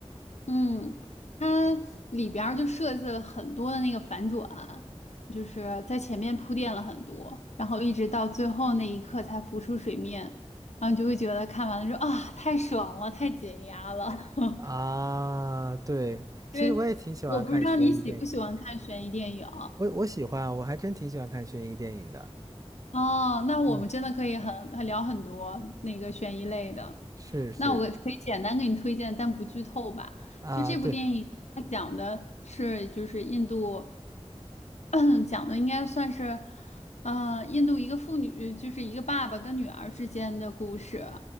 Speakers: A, on the left; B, on the right.
A: 嗯，它里边儿就设计了很多的那个反转，就是在前面铺垫了很多，然后一直到最后那一刻才浮出水面，然后你就会觉得看完了之后啊，太爽了，太解压了。<laughs>
B: 啊，对，其实我也挺喜欢看悬疑电影的，
A: 因为我不知道你喜不喜欢看悬疑电影，
B: 我我喜欢，我还真挺喜欢看悬疑电影的。
A: 哦，那我们真的可以很很聊很多那个悬疑类的。
B: 嗯，是是
A: 那我可以简单给你推荐，但不剧透吧。
B: 啊，
A: 就这部电影，
B: 对，
A: 它讲的是就是印度，<clears throat> 讲的应该算是，呃，印度一个妇女，就是一个爸爸跟女儿之间的故事。